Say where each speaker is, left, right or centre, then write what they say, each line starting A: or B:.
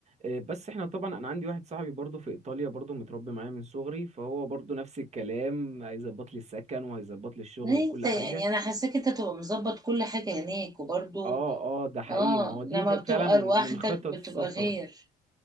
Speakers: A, on the right (about 40°); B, on the right (about 20°).
A: آه، بس احنا طبعا انا عندي واحد صاحبي برضو في ايطاليا برضو متربي معايا من صغري فهو برضو نفس الكلام هيظبط لي السكن وهيظبط لي الشغل
B: ليه
A: وكل
B: انت يعني
A: حاجه
B: انا حاساك انت تبقى مظبط كل حاجة هناك وبرضو
A: اه اه ده حقيقي
B: اه
A: ما هو دي
B: لما
A: ده فعلا
B: بتبقى
A: من
B: لوحدك
A: من خطط
B: بتبقى
A: السفر
B: غير